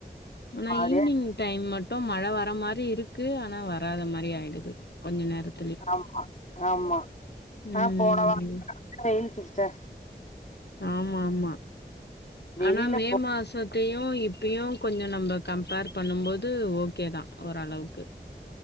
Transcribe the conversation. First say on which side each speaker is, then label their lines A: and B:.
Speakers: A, on the left (about 75°); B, on the left (about 45°).
A: ஆனா
B: மாரியா
A: ஈவ்னிங் டைம் மட் ட்டு மழ வர மாரி இருக்கு ஆனா வராத மாரி ஆயிடுது கொஞ்ச நேரத்
B: ஆமா ஆமா
A: ம்
B: ஆ போன வாரோ நல்ல வெயில் சிஸ்டர்
A: ஆமா ஆமா
B: வெளில
A: ஆனா மே
B: போ
A: மாசத் த்தியு இப்பியு கொஞ்ச நம்ம கம்பேர் பண்ணு போது ஓகே தா ஓரளவுக்கு